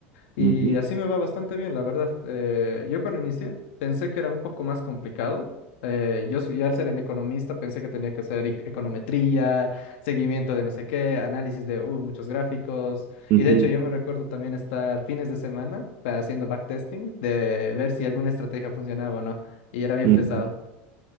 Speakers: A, on the left; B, on the right.
A: y
B: Ujú,
A: así me va bastante bien, la verdad. Eh, yo cuando inicié pensé que era un poco más complicado. Eh, yo, s- yo al ser un economista pensé que tenía que hacer ec- econometría, seguimiento de no sé qué, análisis de uh, muchos gráficos.
B: ujú,
A: Y de hecho yo me recuerdo también estar fines de semana pa- haciendo backtesting de ver si alguna estrategia funcionaba o no. Y era bien
B: ujú.
A: pesado.